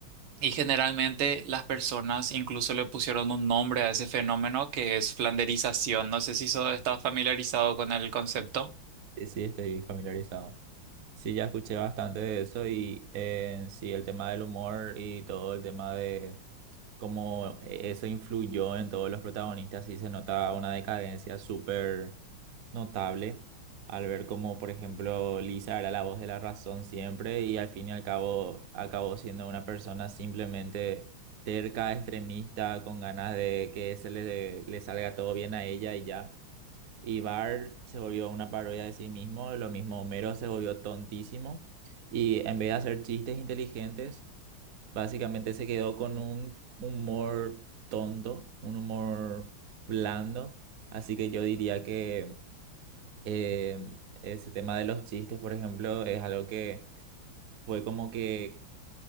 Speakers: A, on the right; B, on the right.
A: Y generalmente las personas incluso le pusieron un nombre a ese fenómeno que es flanderización. No sé si eso está familiarizado con el concepto.
B: Sí, sí, estoy familiarizado. Sí, ya escuché bastante de eso y eh, sí, el tema del humor y todo el tema de cómo eso influyó en todos los protagonistas, sí se nota una decadencia súper notable al ver cómo, por ejemplo, Lisa era la voz de la razón siempre y al fin y al cabo acabó siendo una persona simplemente terca, extremista, con ganas de que se le, le salga todo bien a ella y ya. Y Bar se volvió una parodia de sí mismo, lo mismo Homero se volvió tontísimo y en vez de hacer chistes inteligentes, básicamente se quedó con un humor tonto, un humor blando. Así que yo diría que eh, ese tema de los chistes, por ejemplo, es algo que fue como que